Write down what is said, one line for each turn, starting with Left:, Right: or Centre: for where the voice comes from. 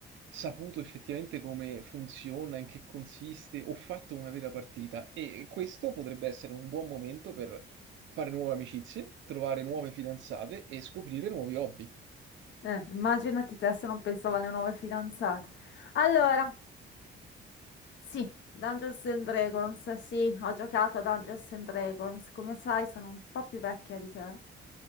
Right: saputo effettivamente come funziona, in che consiste, ho fatto una vera partita e questo potrebbe essere un buon momento per fare nuove amicizie, trovare nuove fidanzate e scoprire nuovi hobby.
Left: Eh, immaginati te se non pensavo alle nuove fidanzate. Allora, sì, Dungeons and Dragons, sì, ho giocato a Dungeons and Dragons. Come sai, sono un po' più vecchia di te.